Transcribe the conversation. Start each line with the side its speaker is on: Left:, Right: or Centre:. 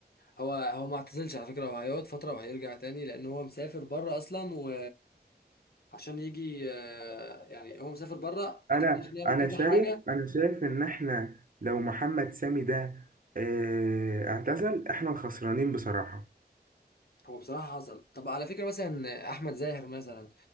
Left: هو هو ما اعتزلش على فكره هو هيقعد فتره وهيرجع تاني لان هو مسافر بره اصلا و عشان يجي آه، يعني هو مسافر بره
Right: انا
Left: عشان يعمل
Right: انا
Left: كذا
Right: شايف
Left: حاجه
Right: انا شايف ان احنا لو محمد سامي ده آه، اعتزل احنا الخسرانين بصراحة
Left: هو بصراحة حصل طب على فكرة مثلا أحمد زاهر مثلا